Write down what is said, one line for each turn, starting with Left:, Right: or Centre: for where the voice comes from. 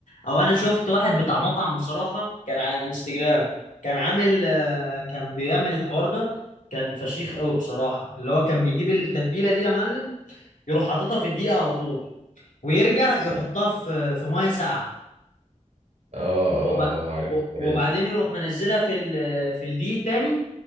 Left: او انا شفت واحد بتاع مطعم بصراحه كان على الانستجرام كان عامل آه، كان بيعمل الحوار ده كان فشيخ قوي بصراحه اللي هو كان بيجيب التتبيله دي يا معلم يروح حاططها في الدقيق على طول ويرجع يحطها
Right: تمام.
Left: في آه، في ميه ساقعه
Right: اه اه
Left: وب...
Right: اه عارف
Left: و-
Right: الطريقه
Left: وبعدين
Right: دي
Left: يروح منزلها في ال... في الدقيق تاني